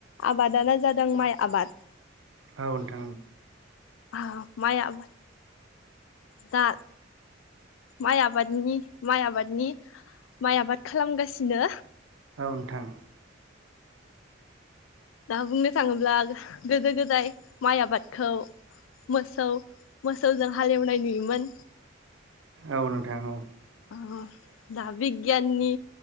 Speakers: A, on the left; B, on the right.
A: आबादानो जादों माइ आबाद।
B: औनोथां औ।
A: औ माइ आबाद दा माइ आबादनि माइ आबादनि माइ आबाद खालामगासिनो।
B: औ नोंथां।
A: दा बुंनो थाङोब्ला गोदो गोदाय माइ आबादखौ मोसौ मोसौजों हालेवनाय नुयोमोन।
B: औ नोंथां औ।
A: ओम दा बिग्याननि